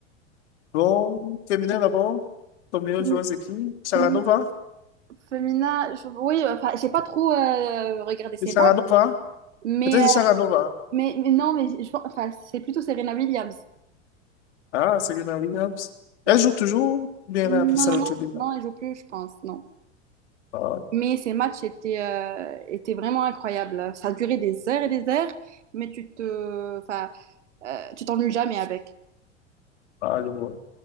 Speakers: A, on the left; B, on the right.
A: bon, féminin d'abord. Ton meilleur
B: Fémi-
A: joueur, c'est qui? Sharanova?
B: Féminin, féminin, je- oui, enfin, j'ai pas trop euh, regardé ses
A: C'est Sharanova?
B: matchs, mais,
A: Peut-être c'est
B: euh,
A: Sharanova.
B: mais, mais non, mais je pense, enfin, c'est plutôt Serena Williams.
A: Ah, Serena Williams.
B: Oui.
A: Elle joue toujours, ou bien
B: Non,
A: elle a appris
B: non,
A: ça l'autre
B: non,
A: jour.
B: non, elle joue plus, je pense, non.
A: Ah,
B: Mais ces matchs étaient, euh, étaient vraiment incroyables. Ça durait des heures et des heures, mais tu te, enfin, euh, tu t'ennuies jamais avec.
A: ah, je vois.